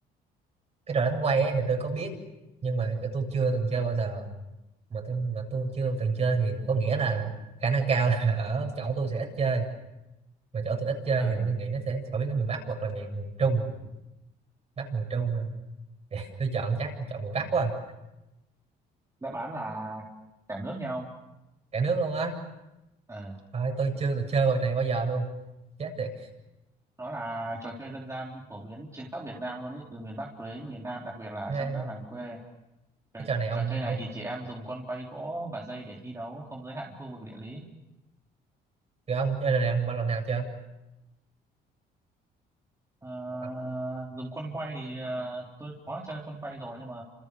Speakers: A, on the right; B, on the right.
A: cái trò đánh quay ấy, thì tôi có biết nhưng mà cái tôi chưa từng chơi bao giờ mà tôi mà tôi chưa từng chơi thì có nghĩa là khả năng cao là <laughs> ở chỗ tôi sẽ ít chơi mà chỗ tôi ít chơi
B: Ờ,
A: thì tôi nghĩ nó sẽ phổ biến ở miền Bắc hoặc là miền miền Trung Bắc miền Trung hả? tôi chọn chắc chọn miền Bắc quá à.
B: đáp án là cả nước nha ông
A: cả nước luôn á
B: Ờ,
A: thôi tôi chưa được chơi trò này bao giờ luôn chết tiệt
B: nó là trò chơi dân gian phổ biến trên khắp Việt Nam luôn ý từ miền Bắc tới miền Nam đặc biệt là
A: Thế
B: trong các làng quê Trò,
A: cái trò này ông
B: trò chơi này
A: ông
B: thì chị em dùng con quay gỗ và dây để thi đấu, không giới hạn khu vực địa lý.
A: rồi ông chơi trò này bao lần nào chưa
B: Ờ,
A: ông,
B: dùng con quay thì ờ, tôi có chơi con quay rồi nhưng mà